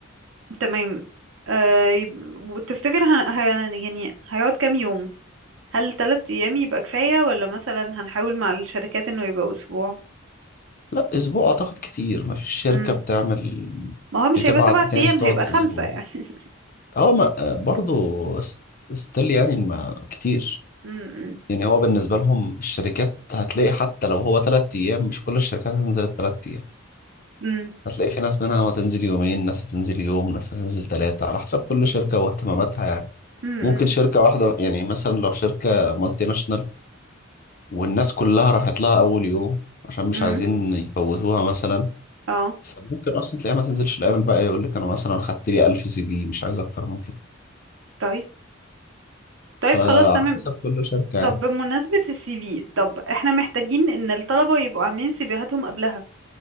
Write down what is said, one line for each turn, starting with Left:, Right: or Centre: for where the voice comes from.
Right: تمام آه يب- وتفتكر هن... هن... يعني هيقعد كام يوم هل ثلاث ايام يبقى كفاية ولا مثلا هنحاول مع الشركات انه يبقى اسبوع
Left: لا أسبوع أعتقد كتير ما فيش شركة
Right: امم
Left: بتعمل
Right: ما هو مش
Left: بتبعت
Right: هيبقى سبعة
Left: ناس
Right: ايام
Left: تقعد
Right: هيبقى
Left: أسبوع
Right: خمسة يعني <laughs>
Left: اه ما آه، برضو س- ستيل يعني ما كتير
Right: امم
Left: يعني هو بالنسبة لهم الشركات هتلاقي حتى لو هو تلات أيام مش كل الشركات هتنزل التلات أيام
Right: امم
Left: هتلاقي في ناس منها ما تنزل يومين ناس هتنزل يوم ناس هتنزل ثلاثة على حسب كل شركة واهتماماتها يعني
Right: امم
Left: ممكن شركة واحدة يعني مثلا لو شركة مالتي ناشونال والناس كلها راحت لها أول يوم عشان مش
Right: امم
Left: عايزين يفوتوها مثلا
Right: اه
Left: فممكن أصلا تلاقيها ما تنزلش الأيام الباقية يقول لك أنا مثلا خدت لي 1000 سي في مش عايز أكتر من كده
Right: طيب
Left: فعلى
Right: طيب خلاص تمام
Left: حسب كل شركة يعني
Right: طب بمناسبة السي في طب احنا محتاجين ان الطلبة يبقوا عاملين سيفيهاتهم قبلها